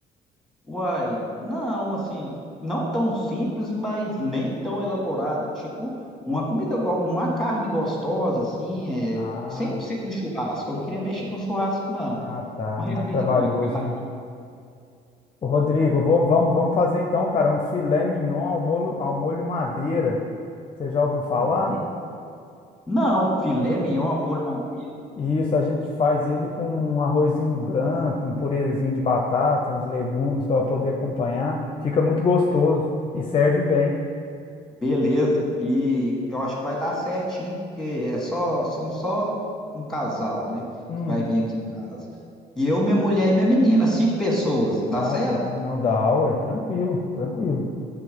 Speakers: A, in the centre; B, on the left.
A: Uai, não, assim, não tão simples, mas nem tão elaborado. Tipo, uma comida, go- uma carne gostosa, assim, é...
B: Ah,
A: sempre ser com churrasco. Eu não queria mexer com churrasco, não.
B: ah, tá,
A: Uma
B: É
A: receita
B: mais trabalhoso,
A: de uma carne.
B: né? Ô, Rodrigo, vou- vamos, vamos fazer então, cara, um filé mignon ao molho, ao molho madeira. Você já ouviu falar?
A: Ó. Não, filé mignon, ao molho madeira.
B: Isso, a gente faz ele com um arrozinho branco, um purezinho de batata, uns legumes para poder acompanhar. Fica muito gostoso e serve bem.
A: Beleza. E eu acho que vai dar certinho, porque é só, são só um casal, né?
B: Hum,
A: Que vai vir aqui em casa. E eu, minha mulher e minha menina, cinco pessoas. Dá
B: ah,
A: certo?
B: tá, não dá aula, é tranquilo, tranquilo.